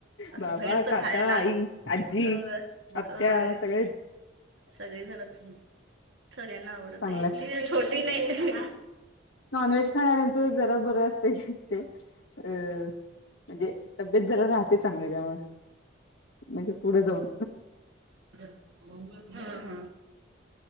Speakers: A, on the right; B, on the left.
A: असं
B: बाबा,
A: बाहेर
B: काका,
A: खायला
B: आई, आजी,
A: अ
B: आत्या
A: अ.
B: सगळेच
A: सगळे जणच सगळ्यांना आवडत
B: चांगलाय.
A: आहे ती छोटी नाही.
B: नॉन व्हेज खाणाऱ्यांचं जरा बरं असते ते अ म्हणजे तब्येत जरा राहते चांगली त्यामुळे म्हणजे पुढं जाऊन.
A: हा हा.